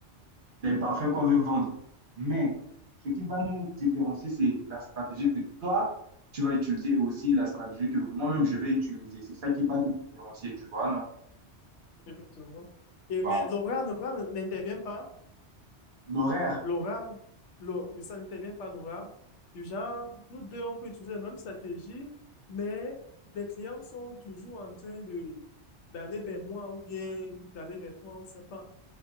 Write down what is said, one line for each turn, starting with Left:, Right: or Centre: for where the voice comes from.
Right: des parfums qu'on veut vendre. Mais ce qui va nous différencier, c'est la stratégie que toi, tu vas utiliser et aussi la stratégie que moi-même, je vais utiliser. C'est ça qui va nous différencier, tu vois, non?
Left: effectivement. Et
Right: Voilà.
Left: mais l'aura, l'aura n'intervient pas.
Right: L'horaire,
Left: L'aura, l'au- ça n'intervient pas l'aura. Du genre, nous deux, on peut utiliser la même stratégie, mais les clients sont toujours en train de d'aller vers moi ou bien d'aller vers toi, on ne sait pas.